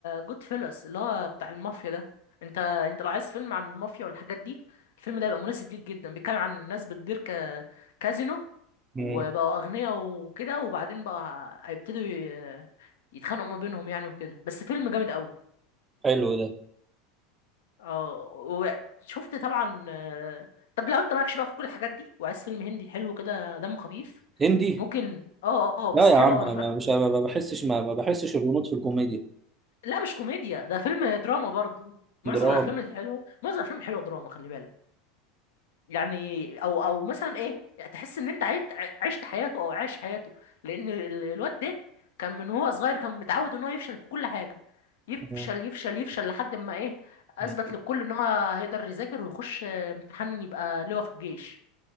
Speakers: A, on the left; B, on the right.
A: جود فيلس اللي هو بتاع المافيا ده أنت أنت لو عايز فيلم عن المافيا والحاجات دي الفيلم ده يبقى مناسب ليك جدا بيتكلم عن ناس بتدير ك... كازينو
B: مم.
A: وبقوا أغنياء وكده وبعدين بقى هيبتدوا ي... يتخانقوا ما بينهم يعني وكده بس فيلم جامد أوي
B: حلو ده
A: اه وشفت طبعا آه، طب لو انت مالكش بقى في كل الحاجات دي وعايز فيلم هندي حلو كده دمه خفيف
B: هندي
A: ممكن اه اه آه، بس
B: لا يا
A: حلو
B: عم
A: قوي انا
B: انا
A: اتفرجت
B: ما مش ما ما بحسش ما, ما بحسش الهنود في الكوميديا
A: لا مش كوميديا ده فيلم دراما برضو معظم
B: درام
A: الافلام الحلوه معظم الافلام الحلوه دراما خلي بالك يعني او او مثلا ايه يعني تحس ان انت عيت- ع- عشت حياته او عايش حياته لان ال- الواد ده كان من هو صغير كان متعود ان هو يفشل في كل حاجه يفشل
B: مم.
A: يفشل يفشل لحد ما ايه اثبت
B: مم.
A: للكل ان هو هيقدر يذاكر ويخش آه، امتحان يبقى لواء في الجيش